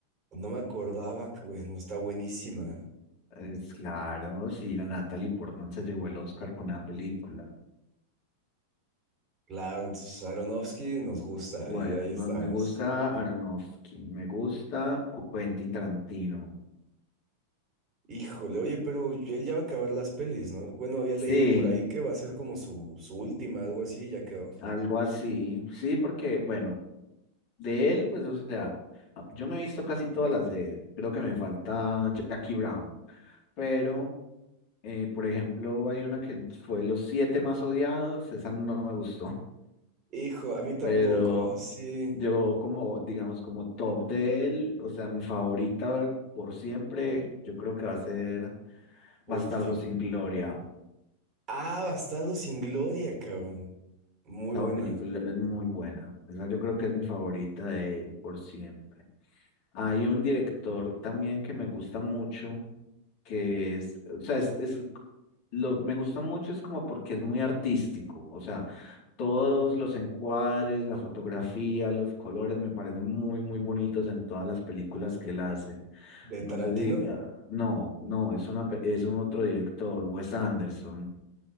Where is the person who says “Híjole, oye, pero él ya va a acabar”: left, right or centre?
Right